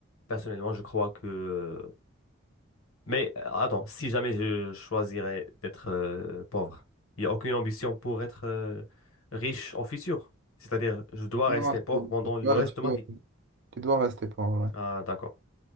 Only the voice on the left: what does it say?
personnellement, je crois que... euh, Mais euh, attends, si jamais je choisirais d'être euh, pauvre, il n'y a aucune ambition pour être euh, riche en futur. C'est-à-dire, je dois
rester pauvre
pendant
le
reste
de ma
vie.
Ah, d'accord.